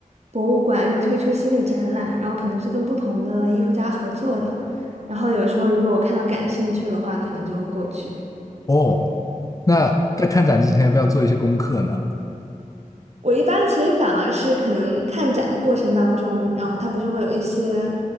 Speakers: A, on the right; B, on the left.
A: 博物馆又推出新的展览，然后可能是跟不同的艺术家合作的。然后有时候如果我看到感兴趣的话，可能就会过去。
B: 哦，那在看展之前要不要做一些功课呢？
A: 我一般其实反而是可能看展的过程当中，然后它不是会有一些，